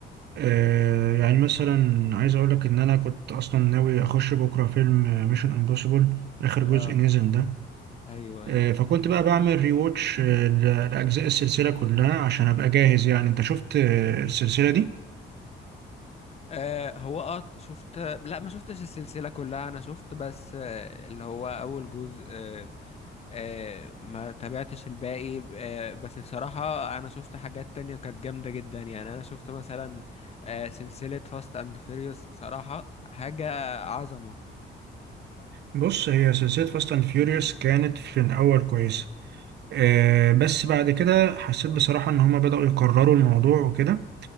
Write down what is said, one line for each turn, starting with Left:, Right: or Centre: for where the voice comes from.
Right: آه يعني مثلا عايز اقول لك ان انا كنت اصلا ناوي اخش بكرة فيلم ميشن امبوسيبل اخر جزء
Left: اه
Right: نزل ده
Left: أيوه أيوه
Right: آه فكنت بقى بعمل ريواتش لاجزاء السلسلة كلها عشان ابقى جاهز يعني انت شفت آه، السلسلة دي
Left: آه هو اه شفت لا ما شفتش السلسلة كلها أنا شفت بس آه اللي هو أول جزء آه آه ما تابعتش الباقي آه بس بصراحة أنا شفت حاجات تانية كانت جامدة جدا يعني أنا شفت مثلا آه سلسلة فاست أند فيريوس بصراحة حاجة عظمة
Right: بص هي سلسلة فاست اند فيوريوس كانت في الاول كويسة آه، بس بعد كده حسيت بصراحة إن هما بدأوا يكرروا الموضوع وكده